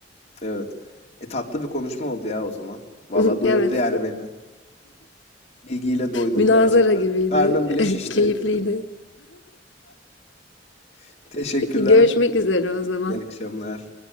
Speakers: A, on the left (about 35°); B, on the left (about 85°).
A: Evet. E tatlı bir konuşma oldu ya o zaman. Valla
B: <laughs>
A: doyurdu
B: Evet,
A: yani beni. Bilgiyle doydum
B: münazara
A: gerçekten.
B: gibiydi.
A: Karnım bile şişti.
B: <laughs> Keyifliydi.
A: <laughs> Teşekkürler.
B: Peki görüşmek üzere o zaman.
A: İyi akşamlar.